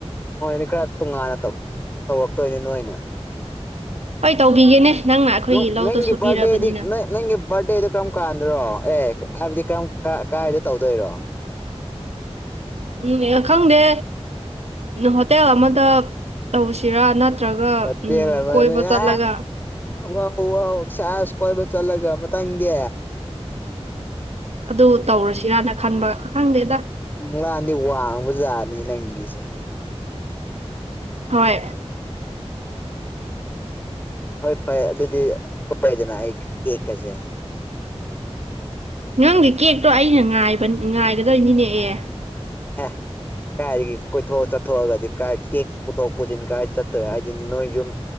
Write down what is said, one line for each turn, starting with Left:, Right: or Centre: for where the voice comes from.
Left: ꯃꯣꯏꯗꯤ ꯈꯔ ꯇꯣꯉꯥꯟꯅ ꯇꯧꯔꯛꯇꯣꯏꯅꯤ ꯅ ꯑꯩꯅ
Right: ꯍꯣꯏ ꯇꯧꯕꯤꯒꯦꯅꯦ ꯅꯪꯅ ꯑꯩꯈꯣꯏꯒꯤ
Left: ꯅꯪ
Right: ꯂꯧꯗꯣ ꯁꯨꯕꯤꯔꯕꯅꯤꯅ
Left: ꯄꯦꯗꯤ ꯅꯪ ꯕꯥꯔꯊꯗꯦꯗꯣ ꯀꯔꯝ ꯀꯥꯟꯗ꯭ꯔꯣ ꯑꯦ ꯍꯥꯏꯕꯗꯤ ꯀꯔꯝ ꯀꯥꯏꯗ ꯇꯧꯗꯣꯏꯔꯣ
Right: ꯎꯝ ꯈꯪꯗꯦ ꯍꯣꯇꯦꯜ ꯑꯃꯗ ꯇꯧꯁꯤꯔꯥ ꯅꯠꯇ꯭ꯔꯒ
Left: ꯐꯠꯇ
Right: ꯎꯝ
Left: ꯃ
Right: ꯀꯣꯏꯕ
Left: ꯑ
Right: ꯆꯠꯂꯒ
Left: ꯑꯧ ꯁꯥꯁ ꯀꯣꯏꯕ ꯆꯠꯂꯒ ꯃꯪꯗꯤ
Right: ꯑꯗꯨ ꯇꯧꯔꯁꯤꯔꯅ ꯈꯟꯕ ꯈꯪꯗꯦꯗ
Left: ꯎ ꯂꯥꯟꯗꯤ ꯋꯥꯡꯕꯖꯥꯗꯦ ꯂꯦꯁꯤꯦ
Right: ꯍꯣꯏ
Left: ꯍꯣꯏ ꯐꯦ ꯑꯗꯨꯗꯤꯣꯏꯗꯅ ꯑꯩ ꯀꯦꯛꯀꯁꯦ
Right: ꯅꯪꯗꯤ ꯀꯦꯛꯇꯣ ꯑꯩꯅ ꯉꯥꯏꯒꯗꯣꯏꯅꯤꯅꯦ ꯑꯦ
Left: ꯑ ꯀꯥꯏꯗꯒꯤ ꯀꯣꯏꯊꯣꯛꯑ ꯆꯠꯊꯣꯛꯑꯒꯗꯤ ꯀꯥꯏ ꯀꯦꯛ ꯄꯨꯊꯣꯛ ꯄꯨꯁꯤꯟ ꯀꯥꯏ ꯆꯠꯇꯣꯏꯦ ꯍꯥꯏꯗꯤ ꯅꯣꯏ ꯌꯨꯝ